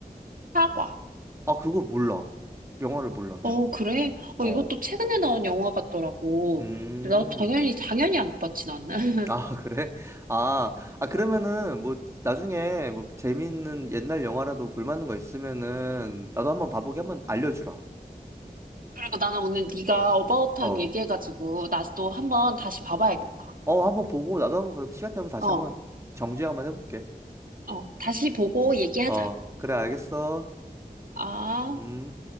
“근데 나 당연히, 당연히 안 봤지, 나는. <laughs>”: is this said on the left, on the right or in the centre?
Right